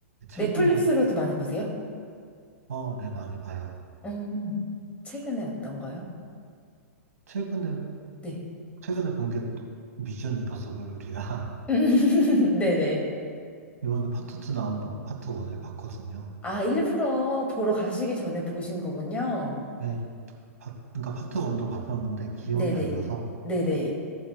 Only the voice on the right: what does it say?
최근에,
어, 네, 많이 봐요.
최근에,
최근에 본 게 미션 임파서블이라, <laughs>
이번에 파트 2 나온다고 파트 1을 봤거든요.
네, 파, 그러니까 파트 1도 봤었는데 기억이
안 나서,